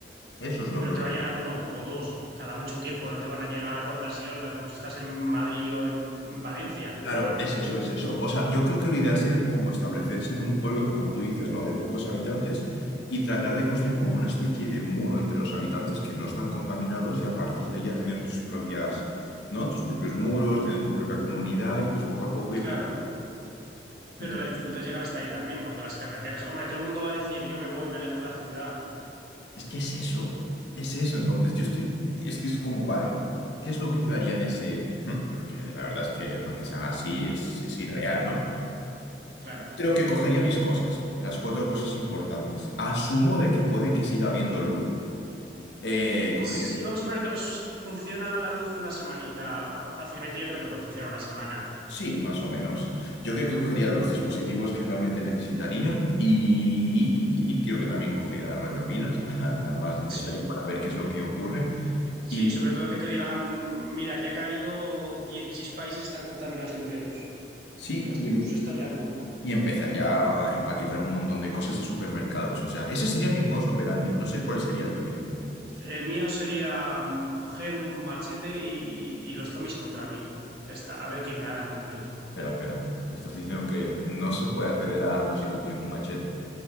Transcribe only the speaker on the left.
eso es lo
preocupante.
Claro, es eso, es eso. O sea, yo creo que lo ideal sería como establecerse en un pueblo, como tú dices, ¿no? De pocos habitantes y tratar de construir como una especie de muro entre los habitantes que no están contaminados y a partir de ahí ya tener tus propias, ¿no? Tus propios muros, tener tu propia comunidad y pues poco a poco
ir... cre-
Entonces,
es que es eso, es eso. Entonces, yo estoy, es que es como, vale, ¿qué es lo que yo haría en ese... <laughs> Hmm, Porque la verdad es que para que se haga así es, es irreal, ¿no?
Creo que cogería mis cosas, las cuatro cosas importantes. Asumo de que puede que siga habiendo luz. Eh, cogería...
Sí, más o menos. Yo creo que cogería los dispositivos que realmente necesitaría y, y- y creo que también cogería la radio pilas, <laughs> la más necesaria
para ver qué es lo que ocurre. Y
sí,
y,
em-
y empezaría a empaquetar un montón de cosas de supermercados. O sea, ese sería mi modus operandi. No sé cuál sería el tuyo.
Espera, espera. Me estás diciendo que no se puede acceder a armas si tú tienes un machete.